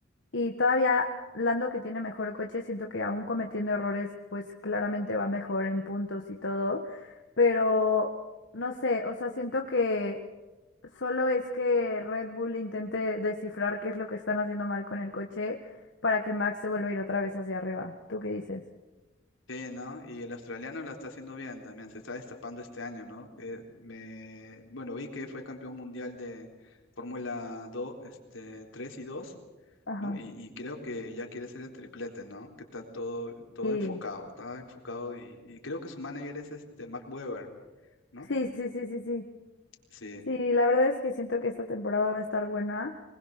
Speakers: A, on the left; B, on the left.
A: Y todavía Lando que tiene mejor coche, siento que aún cometiendo errores, pues claramente va mejor en puntos y todo, pero no sé, o sea, siento que solo es que Red Bull intente descifrar qué es lo que están haciendo mal con el coche para que Max se vuelva a ir otra vez hacia arriba. ¿Tú qué dices?
B: Sí, ¿no? Y el australiano la está haciendo bien también, se está destapando este año, ¿no? Eh, me, bueno, vi que fue campeón mundial de Fórmula 2, este, 3 y 2,
A: Ajá.
B: ¿no? Y, y creo que ya quiere ser el triplete, ¿no? Que está todo, todo
A: Sí,
B: enfocado, está enfocado y, y creo que su manager es este Mark Webber, ¿no?
A: sí, sí, sí, sí, sí.
B: Sí.
A: Sí, la verdad es que siento que esta temporada va a estar buena.